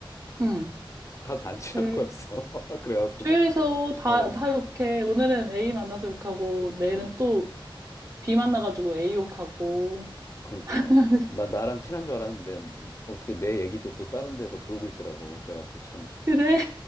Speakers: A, on the right (about 35°); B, on the left (about 35°).
A: 음.
B: 다들 안 친한
A: 그래.
B: 거였어. <laughs> 그래갖고,
A: 주위에서 다,
B: 어,
A: 다 욕해. 오늘은 A 만나서 욕하고, 내일은
B: 어,
A: 또 B 만나가지고 A 욕하고.
B: 그러니까.
A: <laughs>
B: 난 나랑 친한 줄 알았는데, 어떻게 내 얘기도 또 다른 데서 돌고 있더라고. 그래갖고 참
A: 그래?